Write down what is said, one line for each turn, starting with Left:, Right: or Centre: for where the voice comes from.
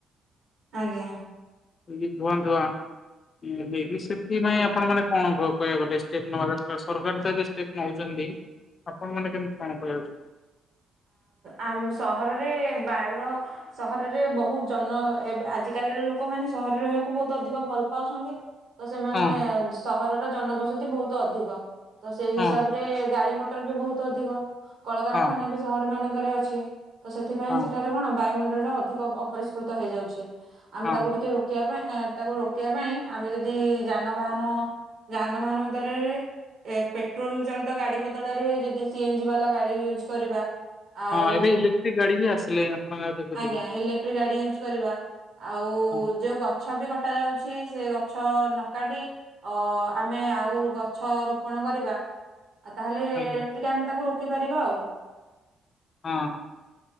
Right: ଆଜ୍ଞା।
Left: ଖାଲି ଧୂଆଁ ଧୁଆଁ ବେବିଶିପ୍ଟୀ ପାଇଁ ଆପଣ ମାନେ କଣ ଅ କହିବାକୁ ଗଲେ ଷ୍ଟେପ୍ ନବା ଦରକାର ସରକାର ତ ଏବେ ଷ୍ଟେପ୍ ନଉଚନ୍ତି ଆପଣ ମାନେ କେମିତି କଣ କହିବା ଉଚିତ
Right: ଆଉ ସହରରେ ବାୟୁର ସହରରେ ବ ବହୁତ୍ ଜନ ଏବେ ଆଜିକାଲିର ଲୋକମାନେ ସହରରେ ରହିବାକୁ ବହୁତ ଅଧିକ ଭଲ ପାଉଶନ୍ତି। ତ ସେମାନେ
Left: ହଁ
Right: ସହରର ଜନବସତି ବହୁତ ଅଧିକ ତ ସେଇ ହିସାବରେ
Left: ହଁ
Right: ଗାଡି ମଟ ଟର ବି ବହୁତ ଅଧିକ କଳକାରଖାନା
Left: ହଁ
Right: ବି ସହର ମାନଙ୍କରେ ଅଛି ତ ସେଥିପାଇଁ
Left: ହଁ
Right: ସେଠାରେ କଣ ବାୟୁମ ଣ୍ଡଳ ଟା ଅଧିକ ଅପରିଷ୍କୃତ ହେଇ ଯାଉଛି ଆମେ
Left: ହଁ
Right: ତାକୁ ଟିକେ ରୋକିବା ପାଇଁ ଏଁ ତାକୁ ରୋକିବା ପାଇଁ ଆମେ ଯଦି ଯାନବାହାନ ଯାନ ବାହନ ଭିତରେ ଏ ପେଟ୍ରୋଲ ଚଳିତ ଗାଡି ବଦଳରେ ଯଦି ସିଏଞ୍ଜି ବାଲା ଗାଡି ୟୁଜ୍ କରିବା ଆଉ
Left: ହଁ ଏବେ ଇଲେକ୍ଟ୍ରିକ ଗାଡି ବି ଆସିଲେ ଆପଣ ଯାହା ଦେଖୁଥିବେ।
Right: ଆଜ୍ଞା ଇଲେକ୍ଟ୍ରିକ ଗାଡି ୟୁଜ କରିବା ଆଉ
Left: ହଁ
Right: ଯୋଉ ଗଛ ବି କଟ କଟା ଯାଉଛି ସେ ଗଛ ନ କାଟି ଅ ଆମେ ଆଉ ଗଛ ରୋପଣ କରିବା।
Left: <inaudible>
Right: ଆଉ ତାହେଲେ
Left: ଆଜ୍ଞା
Right: ଟିକେ ଆମେ ତାକୁ ରୋକି ପାରିବା ଆଉ।
Left: ହଁ